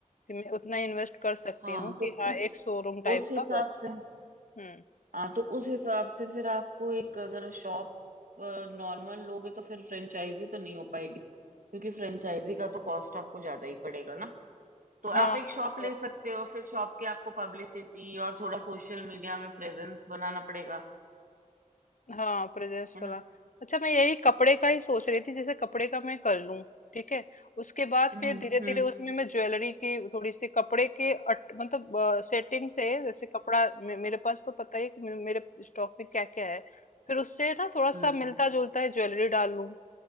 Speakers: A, on the left; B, on the right.
A: कि मैं उतना इन्वेस्ट कर सकती
B: हाँ
A: हूँ
B: तो
A: कि हाँ
B: उस
A: एक शोरूम टाइप
B: उस हिसाब
A: का बस
B: से
A: हम्म
B: हाँ तो उस हिसाब से फिर आपको एक अगर शॉप नॉर्मल लोगे तो फिर फ्रेंचाइजी तो नहीं हो पाएगी क्योंकि फ्रेंचाइजी का तो कॉस्ट आपको ज्यादा ही पड़ेगा ना तो
A: हाँ
B: आप एक शॉप
A: तो
B: ले सकते हो फिर शॉप के आपको पब्लिसिटी और थोड़ा सोशल मीडिया में प्रेजेंस बनाना पड़ेगा
A: हाँ प्रेजेंस
B: है
A: वाला
B: ना
A: अच्छा मैं यही कपड़े का ही सोच रही थी जैसे कपड़े का मैं कर लूं ठीक है उसके बाद
B: हम्म
A: फिर धीरे धीरे
B: हम्म
A: उसमें मैं ज्वेलरी की थोड़ी सी कपड़े के अट, मतलब सेटिंग से जैसे कपड़ा मे, मेरे पास तो पता ही है कि मे- मेरे स्टॉक में क्या क्या है फिर उससे ना थोड़ा
B: हम्म
A: सा मिलता जुलता है ज्वेलरी डाल लूं